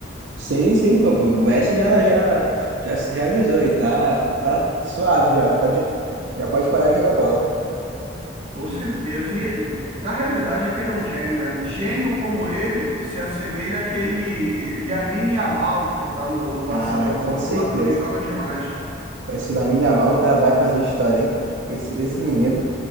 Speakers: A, on the right; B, on the right.
A: Sim, sim, papo. o S já, já, já se realizou aí, tá, tá suave já, pode, já pode parar de jogar bola.
B: com certeza. E na realidade é que ele é um gênio, né? Gênio como ele se assemelha àquele Lamine Yamal que está no, no Barcelona,
A: Cara, com
B: que
A: certeza.
B: lá também joga demais, cara.
A: Com Esse Lamine Yamal tá, vai fazer história, hein? Esse, esse menino